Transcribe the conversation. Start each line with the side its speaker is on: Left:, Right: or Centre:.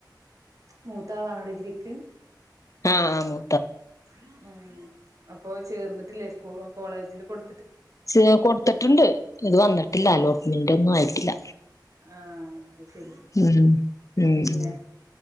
Right: മൂത്താളാണോ ഡിഗ്രിക്ക്.
Left: ആ ആന്ന്.
Right: ഉം ഉം അപ്പൊ ചേർന്നിട്ടില്ലേ? സ്കൂ കോളേജില് കൊടു
Left: ചേ കൊടുത്തിട്ടുണ്ട് ഇത് വന്നിട്ടില്ല അലോട്ട്മെന്റ് ഒന്നും ആയിട്ടില്ല.
Right: ആ അത് ശരി
Left: ഉം ഉം
Right: പിന്നെ.
Left: ഉം